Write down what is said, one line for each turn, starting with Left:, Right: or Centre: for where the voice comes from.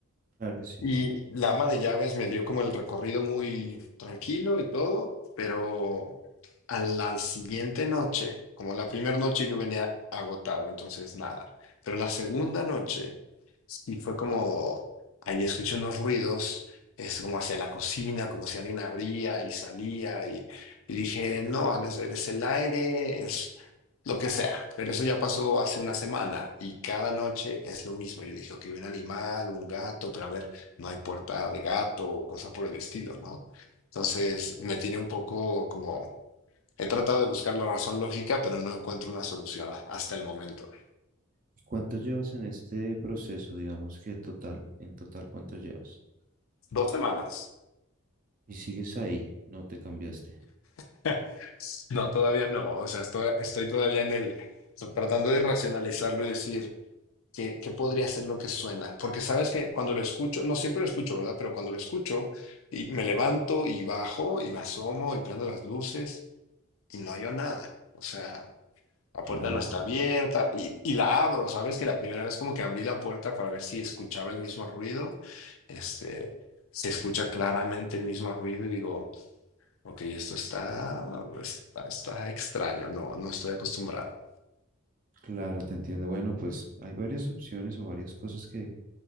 Right: Claro que sí.
Left: Y la ama de llaves me dio como el recorrido muy tranquilo y todo, pero a la siguiente noche, como la primera noche yo venía agotado, entonces nada. Pero la segunda noche sí fue como, ahí escuché unos ruidos, es como hacia la cocina, como si alguien abría y salía, y, y dije, no, no es, es el aire, es lo que sea. Pero eso ya pasó hace una semana y cada noche es lo mismo. Yo dije, ok, un animal, un gato, pero a ver no hay puerta de gato o cosa por el estilo, ¿no? Entonces me tiene un poco como, he tratado de buscar la razón lógica, pero no encuentro una solución a- hasta el momento.
Right: ¿Y cuánto llevas en este proceso? Digamos que total, en total, ¿cuánto llevas?
Left: Dos semanas.
Right: Y sigues ahí, no te cambiaste.
Left: <laughs> No, todavía no. O sea, estoy, estoy todavía en el, so- tratando de racionalizarlo y decir, ¿qué, qué podría ser lo que suena? Porque sabes que cuando lo escucho, no siempre lo escucho, ¿verdad? Pero cuando lo escucho, y me levanto y bajo y me asomo y prendo las luces y no hay nada. O sea... La puerta
Right: Claro,
Left: no está abierta y, y la abro, ¿sabes? Que la primera vez como que abrí la puerta para ver si escuchaba el mismo ruido, este, se escucha claramente el mismo ruido y digo, ok, esto está, está, está extraño, no, no estoy acostumbrado.
Right: claro, te entiendo. Bueno, pues hay varias opciones o varias cosas que,